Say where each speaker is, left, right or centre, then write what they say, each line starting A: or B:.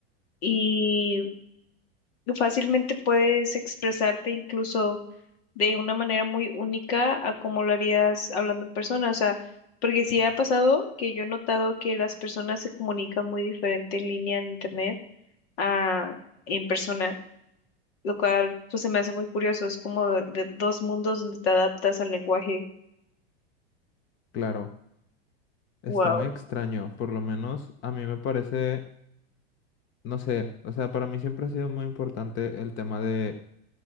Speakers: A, on the left; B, on the left.
A: Y fácilmente puedes expresarte incluso de una manera muy única a como lo harías hablando en persona. O sea, porque sí ha pasado que yo he notado que las personas se comunican muy diferente en línea en internet a en persona, lo cual pues se me hace muy curioso. Es como de de dos mundos donde te adaptas al lenguaje.
B: Claro, está
A: Wow.
B: muy extraño, por lo menos a mí me parece... no sé, o sea, para mí siempre ha sido muy importante el tema de